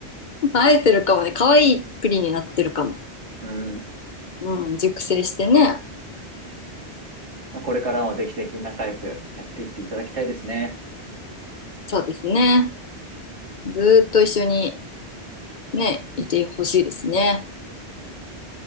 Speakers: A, on the left; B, on the right.
A: 生えてるかもね。可愛いプリンになってるかも。
B: う。うん。
A: うん。熟成してね。
B: まあ、これからもぜひぜひ仲良くやっていっていただきたいですね。
A: そうですね。ずーっと一緒にね、いてほしいですね。